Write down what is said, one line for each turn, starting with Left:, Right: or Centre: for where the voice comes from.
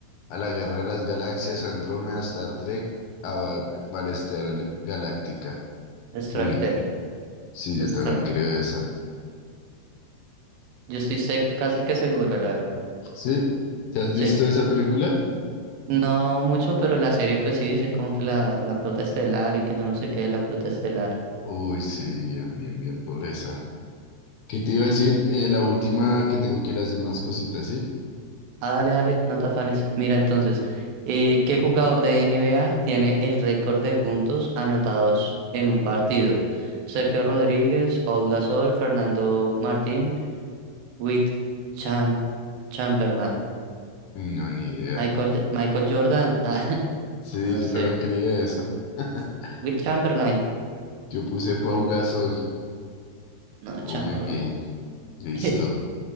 Left: ¿A la Guerra de las Galaxias, Andrómeda, Star Trek, a Val Battlestar Galáctica?
Right: Extractor.
Left: Win. Sí, yo
Right: Extra-
Left: también creo esa.
Right: Yo estoy se- casi que seguro, la verdad.
Left: ¿Sí? ¿Te has
Right: Sí.
Left: visto esa película?
Right: No mucho, pero la serie, pues sí, dicen como que la, la flota estelar y que yo no sé qué es la flota estelar.
Left: Uy, sí, bien, bien, bien, pobreza. ¿Qué te iba a decir? Eh, la última que tengo que ir a hacer unas cositas, ¿sí?
Right: Ah, dale, dale, no te afanes. Mira entonces, eh, ¿qué jugador de NBA tiene el récord de puntos anotados en un partido? Sergio Rodríguez, Paul Gasol, Fernando Martín, Wilt Cham- Chamberlain,
Left: Uy, No, ni idea.
Right: Michael, J- Michael Jordan, <laughs> ah,
Left: Sí,
Right: no
Left: yo
Right: sé,
Left: también creía eso. <laughs>
Right: Wilt Chamberlain,
Left: Yo puse Pau
Right: Wilt-
Left: Gasol.
Right: no,
Left: Uy,
Right: Chamberlain.
Left: bien, listo.
Right: <laughs>